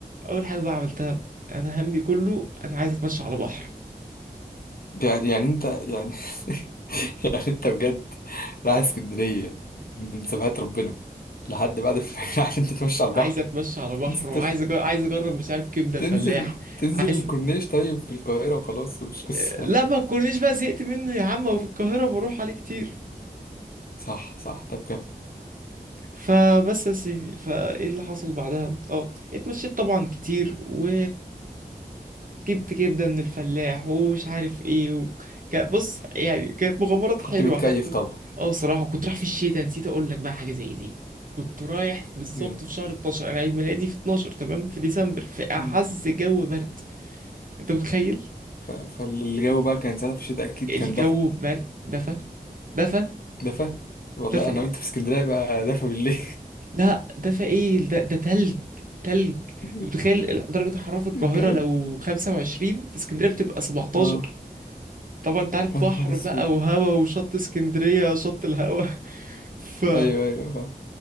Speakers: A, on the right (about 55°); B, on the left (about 65°).
A: اول حاجة بقى عملتها انا همي كله انا عايز اتمشى على بحر
B: يعني يعني انت يعني <laughs> يعني انت بجد رايح اسكندريه من سبهات ربنا لحد بعد الفجر <laughs> عشان تتمشى على البحر
A: عايز اتمشى على بحر
B: تنزل
A: وعايز
B: تش-
A: أجرب عايز اجرب مش عارف كبدة
B: تنزل
A: الفلاح
B: تنزل
A: عايز
B: الكورنيش طيب في القاهره وخلاص ومش قصه
A: آه، لا
B: يعني.
A: ما تكونيش بقى زهقت منه يا عم وفي القاهرة بروح عليه كتير
B: صح صح طب كام
A: فبس يا سيدي فايه اللي حصل بعدها اه اتمشيت طبعا كتير و جبت كبدة من الفلاح ومش عارف ايه و... كان- بص يعني كانت مغامرات حلوة
B: كنت متكيف
A: حتى
B: طبعا
A: اه بصراحة كنت رايح في الشتاء نسيت اقول لك بقى حاجة زي دي كنت رايح بالظبط
B: جامد.
A: في شهر 12 انا عيد ميلادي في 12 تمام في ديسمبر في اعز
B: مم.
A: جو برد انت متخيل
B: ف... فالجو بقى كان ساعتها في الشتاء اكيد
A: الجو
B: كان دفى
A: برد دفى دفى
B: دفى والله
A: دفى
B: انا
A: ايه
B: قلت في اسكندريه بقى دفى بالليل
A: لا دفى ايه ده ده تلج تلج
B: <laughs>
A: انت متخيل درجة حرارة في القاهرة
B: بجد
A: لو 25 في اسكندرية بتبقى 17
B: اه
A: طبعا انت عارف
B: يا نهار
A: بحر
B: اسود
A: بقى وهوا وشط اسكندرية شط الهوا <laughs> ف...
B: ايوه ايوه فاهم